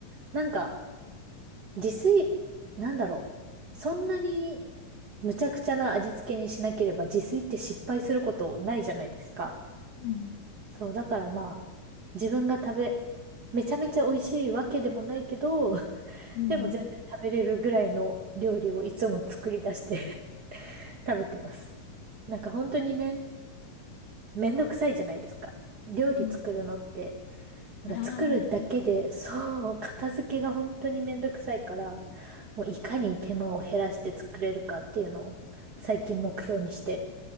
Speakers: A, on the right; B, on the left.
A: なんか、自炊、なんだろう。そんなにむちゃくちゃな味付けにしなければ自炊って失敗することないじゃないですか。
B: うん。
A: そう、だからまあ、自分が食べ、めちゃめちゃ美味しいわけでもないけど、<laughs>
B: うん。
A: でも全然食べれるぐらいの料理をいつも作り出して <laughs> 食べてます。なんか本当にね、めんどくさいじゃないですか。料理作るのって、
B: うん。
A: なんか作るだけで、
B: 洗わないといけない。
A: そう、片付けが本当にめんどくさいから、もういかに手間を減らして作れるかっていうのを最近目標にして